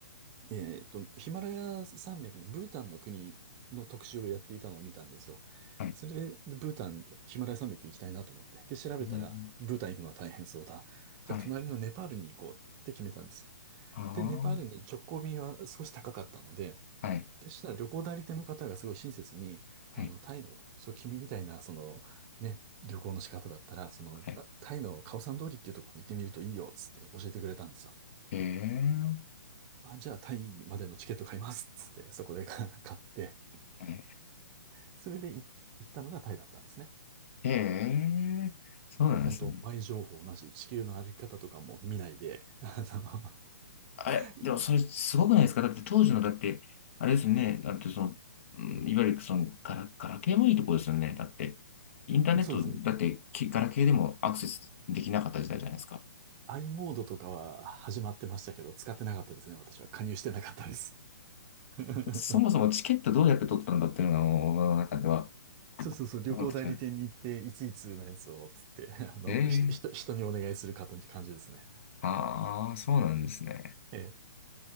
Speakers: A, on the right; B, on the left.
A: えっと、ヒマラヤ山脈のブータンの国の特集をやっていたのを見たんですよ。
B: はい。
A: それで、でブータン、ヒマラヤ山脈行きたいなと思って。で、調べたら、
B: うん、
A: ブータン行くのは大変そうだ。じゃあ、
B: はい、
A: 隣のネパールに行こうって決めたんです。
B: ああ、
A: で、ネパールに直行便は少し高かったので、
B: はい、
A: でしたら旅行代理店の方がすごい親切に、
B: はい、
A: あの、タイの、そう、君みたいな、その、ね、旅行の仕方だったら、その、
B: はい。
A: あタイのカオサン通りっていうところに行ってみるといいよ、つって教えてくれたんですよ。
B: ええ、
A: あ、じゃあタイまでのチケット買います、つって、そこでか <laughs> 買って、
B: はい
A: それでい行ったのがタイだったんですね。
B: ええ、そうなんですね。
A: もう本当、前情報なし、地球の歩き方とかも見ないで、<laughs> あ
B: あれ、
A: の、
B: でもそれすごくないですかだって当時の、
A: い
B: だって、あれですよね。だってその、うんいわゆるそのガラ、ガラケーもいいとこですよね。だって、インターネット、
A: そうですね。
B: だってきガラケーでもアクセスできなかった時代じゃないですか。
A: i モードとかは始まってましたけど、使ってなかったですね、私は。加入してなかったです。<laughs>
B: そもそもチケットどうやって取ったんだっていうのが、もう僕の中では
A: そうそうそう、旅行代理店に行って、
B: 思ってしまう。
A: いついつのやつを、つって、<laughs> あの、
B: ええ
A: ひと、ひと、人にお願いするかという感じですね。
B: ああー、そうなんですね。
A: ええ、